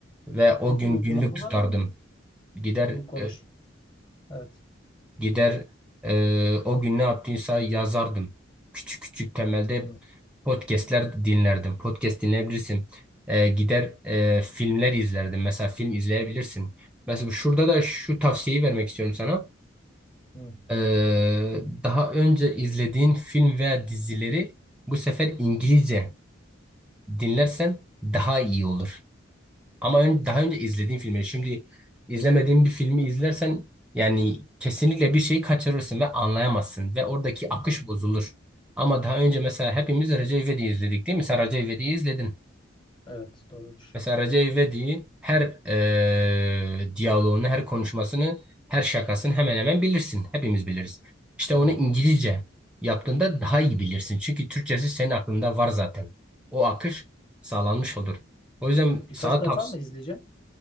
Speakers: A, in the centre; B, on the left (about 25°).
A: ve o
B: peki
A: gün
B: uygulamalar
A: günlük tutardım.
B: mı?
A: Gider
B: Bu konuş.
A: e,
B: Evet.
A: Gider e, o gün ne yaptıysa yazardım. Küçük küçük temelde
B: Hmm.
A: podcastler dinlerdim. Podcast dinleyebilirsin. E, gider e, filmler izlerdim. Mesela film izleyebilirsin. Mesela şurada da şu tavsiyeyi vermek istiyorum sana.
B: Hmm.
A: E, daha önce izlediğin film veya dizileri bu sefer İngilizce dinlersen daha iyi olur. Ama ön- daha önce izlediğin filmleri şimdi izlemediğin bir filmi izlersen yani kesinlikle bir şeyi kaçırırsın ve anlayamazsın ve oradaki akış
B: Evet.
A: bozulur. Ama daha önce mesela hepimiz Recep İvedik'i izledik değil mi? Sen Recep İvedik'i izledin.
B: Evet. Doğrudur.
A: Mesela Recep İvedik'in her eee diyaloğunu, her konuşmasını, her şakasını hemen hemen bilirsin. Hepimiz biliriz. İşte
B: Hmm.
A: onu İngilizce yaptığında daha iyi bilirsin. Çünkü Türkçesi senin aklında var zaten. O akış sağlanmış olur. O yüzden
B: Birkaç
A: sana
B: defa
A: tavsiye...
B: mı izleyeceğim?